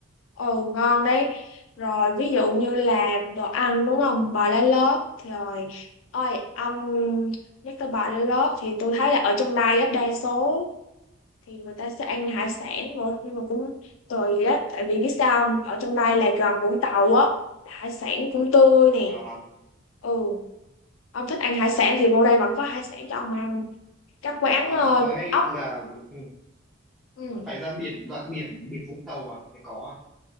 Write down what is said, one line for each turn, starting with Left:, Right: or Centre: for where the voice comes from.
Left: Ồ, ngon đấy. Rồi, ví dụ như làm đồ ăn đúng không? Bò lá lốt. Thì Rồi, ôi, ông nhắc tới bò lá lốt thì tôi thấy là ở trong đây á, đa số thì người ta sẽ ăn hải sản nữa. Nhưng mà cũng tùy đó. Tại vì biết sao không? Ở trong đây là gần Vũng Tàu á. Hải sản cũng tươi nè.
Centre: à,
Left: Ừ, ông thích ăn hải sản thì vô đây vẫn có hải sản cho ông ăn. các quán
Centre: à,
Left: ờ,
Centre: là ngay
Left: ốc
Centre: là ừ,
Left: ừ.
Centre: là phải ra biển đoạn biển biển Vũng Tàu à mới có